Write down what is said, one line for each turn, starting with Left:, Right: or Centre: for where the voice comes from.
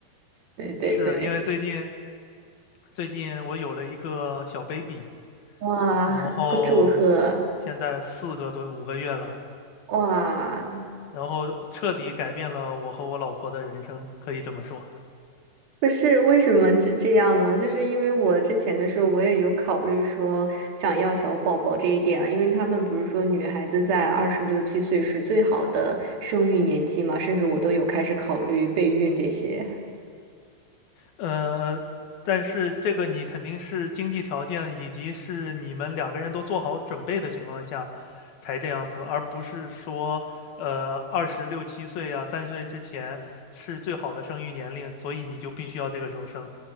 Right: 对对对，
Left: 是因为最近最近我有了一个小 baby，
Right: 哇，
Left: 然后
Right: 祝贺！
Left: 现在四个多五个月了，
Right: 哇，
Left: 然后彻底改变了我和我老婆的人生，可以这么说。
Right: 不是为什么这这样呢？就是因为我之前的时候，我也有考虑说想要小宝宝这一点啊，因为他们不是说女孩子在二十六七岁是最好的生育年纪嘛，甚至我都有开始考虑备孕这些。
Left: 呃，但是这个你肯定是经济条件以及是你们两个人都做好准备的情况下才这样子，而不是说呃二十六七岁啊三十岁之前是最好的生育年龄，所以你就必须要这个时候生，